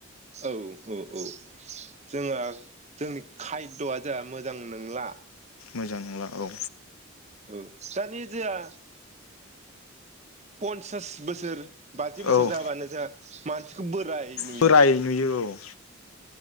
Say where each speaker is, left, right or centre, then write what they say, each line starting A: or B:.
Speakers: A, on the right; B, on the left.
A: औ औ औ। जोङो जोंनि खायद'आ जोंहा मोजां नंला।
B: मोजां नंला औ।
A: औ दानि जाया। पन्सास बोसोर बाजि बोसोर
B: औ
A: जाबानो जोंहा मानसिखौ बोराय नुयो।
B: बोराय नुयो औ